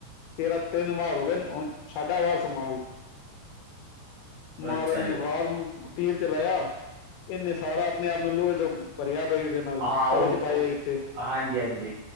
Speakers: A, on the left; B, on the right.
A: ਤੇਰਾਾਂ ਤਿੰਨ ਵਾਰ ਹੋ ਗਏ ਹੁਣ ਸਾਡਾ ਵਾਰ ਸੰਭਾਲ ਦੀ। ਮਾਰਜ
B: ਅੱਛਾ
A: ਨੇ
B: ਜੀ
A: ਵਾਰ ਤੀਰ ਚਲਾਇਆ ਇਹਨੇ ਸਾਰਾ ਆਪਣੇ ਆਪ ਨੂੰ ਲੋਹੇ ਤੋਂ ਪਰਿਆ ਈਦੇ ਨਾਲ
B: ਹਾਂ
A: ਕਵਚ ਪਾਏ
B: ਉਹ
A: ਇਥੇ
B: ਹਾਂਜੀ ਹਾਂਜੀ